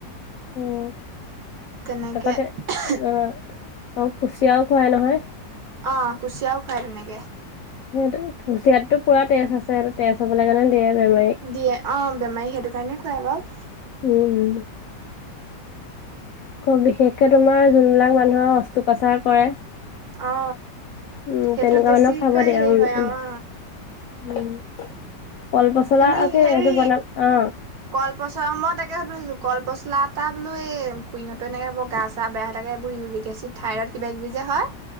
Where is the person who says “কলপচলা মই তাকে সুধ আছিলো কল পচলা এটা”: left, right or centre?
Right